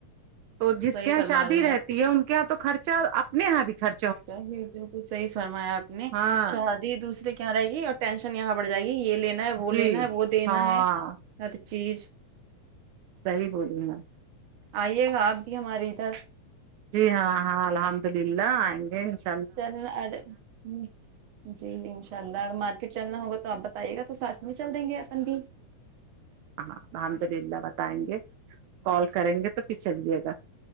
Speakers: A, on the right; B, on the right.
A: تو جس
B: صحیح
A: کے یہاں
B: فرما
A: شادی
B: رہے ہیں
A: رہتی
B: آپ
A: ہے ان کے یہاں تو خرچہ اپنے یہاں بھی خر
B: صحیح بالکل صحیح فرمایا آپ نے
A: ہاں
B: شادی دوسرے کی یہاں رہے گی اور ٹینشن یہاں بڑھ جائے گی یہ لینا ہے
A: جی
B: وہ لینا ہے وہ دینا
A: ہاں
B: ہے ہر چیز
A: صحیح بولی رہی ہیں آپ
B: آئیے گا آپ بھی ہمارے ادھر
A: جی ہاں ہاں الحمد للہ آئیں گے انش
B: چل نا ارے ہون جی انشاء اللہ ا مارکیٹ چلنا ہوگا تو آپ بتائیے گا تو ساتھ میں چل دیں گے اپن بھی
A: ہاں الحمد للہ بتائیں گے کال کریں گے تو پھر چلیے گا